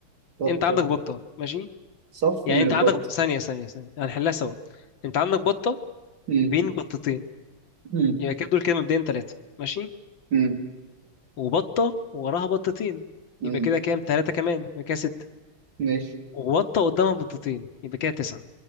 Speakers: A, on the right; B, on the left.
A: بطة
B: انت عندك بطه ماشي
A: صف
B: يعني
A: من البط
B: انت عندك ثانية ثانية ثانية هنحلها سوا انت عندك بطة
A: مم.
B: بين بطتين
A: مم.
B: يبقى كده دول كده مبدئيا ثلاثة ماشي
A: مم.
B: وبطة وراها بطتين
A: مم.
B: يبقى كده كام ثلاثة كمان يبقى كده ستة
A: ماشي
B: وبطة قدامها بطتين يبقى كده تسعة